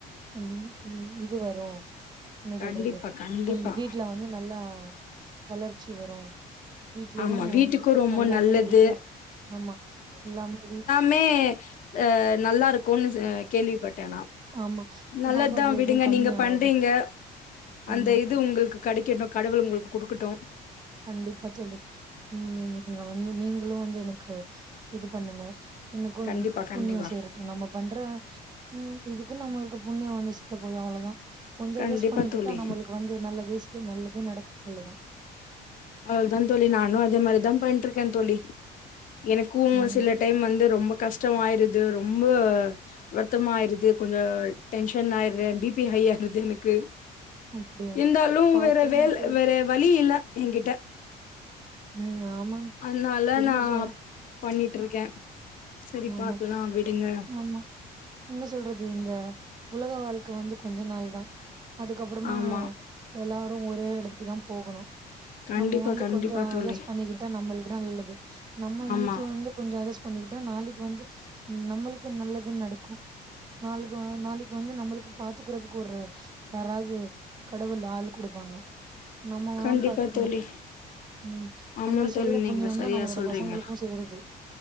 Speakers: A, on the right; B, on the left.
A: ம் ம் இது வரு என்ன
B: கண்டிப்பா
A: சொல்றது
B: கண்டிப்பா
A: ம் வீட்ல வந்து நல்லா வளர்ச்சி வரு வீட்லயு
B: ஆமா வீட்டுக்கு ரொம்ப
A: நல்லாமே
B: நல்லது
A: இது ஆமா எல்லாமே வீட்
B: மே அ நல்லாருக்குனு ச கேள்விப்பட் டேனா
A: ஆமா
B: நல்லதுதா
A: சாப்பாடுல
B: விடுங்க
A: எதுவு கம்மி
B: நீங்க
A: ஆகாது
B: பண்றீங்க அந்த
A: ஆமா
B: இது உங்களுக்கு கெடைக்கட்டு கடவுள் உங்களுக்கு குடுக்கட்டு
A: கண்டிப்பா தோழி ம் நானு நீங்களு வந்து எனக்கு இது பண்ணுங்க எனக்கு
B: கண்டிப்பா கண்டிப்பா
A: புண்ணியோ சேரட்டு நம பண்ற ம் இதுக்கு நம்மளுக்கு புண்ணியோ வந்து சேர போது அவ்ளோதா கொஞ்சோ
B: கண்டிப்பா
A: அஜஸ்ட் பண்ணிக்கிட்ட
B: தோழி
A: நம்மளுக்கு வந்து நல்லதீஸ்கு நல்லதே நடக்கு அவ்ளோதா
B: அவ்ளோதா தோழி நானு அதே மாரி தா பண்ட்டு இருக்கே தோழி எனக்கு
A: ம்
B: சில டைம் வந்து ரொம்ப கஷ்டமாயிருது ரொம்ப வருத்தமா ஆயிருது கொஞ்ச டென்ஷன் ஆயறே பி பி ஹை ஆயிருது எனக்கு
A: அப்டியா
B: இருந்தாலு
A: பாத்துருங்க
B: வேற வேல
A: தோழி
B: வேற வழி இல்ல என்கிட்ட
A: ம் ஆமாங்
B: அதுனால
A: புரியுது
B: நா பண்ணிட்ருக்கே செரி
A: ஆமா
B: பாக்கலா விடுங்க
A: ஆமா என்ன சொல்றது இந்த உலக வாழ்க்க வந்து கொஞ்ச நாள் தா அதுக்கப்பறமா
B: ஆமா
A: எல்லாரு ஒரே எடத்துக்கு தா போகணு
B: கண்டிப்பா
A: நம்ம வந்து
B: கண்டிப்பா
A: கொஞ்சோ
B: தோழி
A: அஜஸ்ட் பண்ணிகி த்தா நம்மளுக்கு நல்லது நம்ம இன்னைக்கி
B: ஆமா
A: வந்து கொஞ்சோ அஜஸ்ட் பண்ணிக்கிட்ட நாளைக் வந்து நம்மளுக்கு நல்லது நடக்கு நாளுக்குவ நாளைக் வந்து நம்மளுக்கு பாத்துக்கறதுக்கு ஒரு யாராவது கடவுள் ஆள் குடுப்பாங்க நம்மதா
B: கண்டிப்பா
A: பாத்துக்கணு
B: தோழி
A: ம்
B: ஆமா
A: நம்ம செய்யிற
B: தோழி
A: புண்ணியோ
B: நீங்க சரியா
A: தா நம்மளோட
B: சொல்றீங்க
A: பசங்களுக்கு சேருது